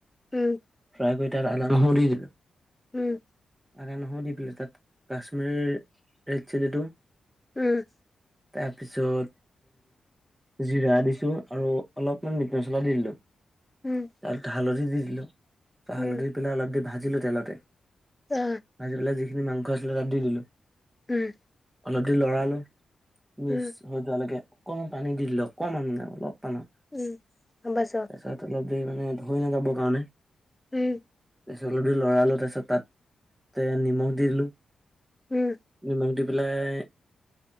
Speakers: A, on the left (about 15°); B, on the right (about 20°).
A: উম
B: ফ্ৰাই কৰি তাত আদা, নহৰু দি দিলো।
A: উম
B: আদা নহৰু দি পেলাই, তাত কাশ্মীৰ ৰেড চিলিটো
A: উম
B: তাৰ পিছত জিৰা দিছো আৰু অলপমান মিট মছলা দি দিলো।
A: উম
B: তাত হালধি দি দিলো
A: উম
B: হালধি দি পেলাই অলপকে ভাজিলো তেলতে
A: অ
B: ভাজি পেলাই যিখিনি মাংস আছিলে, তাত দি দিলো।
A: উম
B: অলপ দেৰি লৰালো, মিক্স
A: উম
B: হৈ যোৱালৈকে অকণমান পানী দি দিলো। অকমান মানে অলপ পানা।
A: উম‌ গম পাইছো।
B: তাৰপাছত অলপ দেৰি মানে ধৰি নাযাব কাৰণে।
A: উম
B: তাৰছত অলপ দেৰি লৰালো, তাৰপিছত তাত নিমখ দি দিলো।
A: উম
B: নিমখ দি পেলাই,